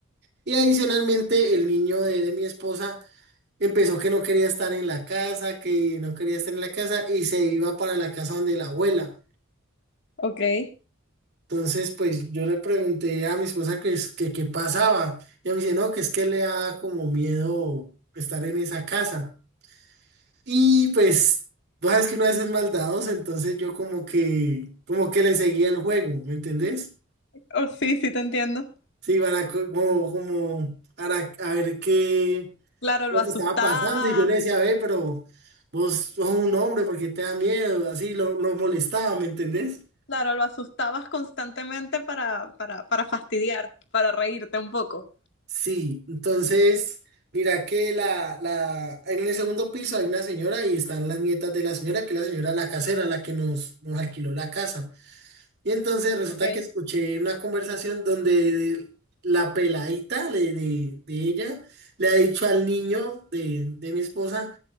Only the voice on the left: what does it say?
Ok.
Oh, sí, sí te entiendo.
Claro,
lo
asustabas.
Claro, lo asustabas constantemente para, para, para fastidiar, para reírte un poco.
Ok.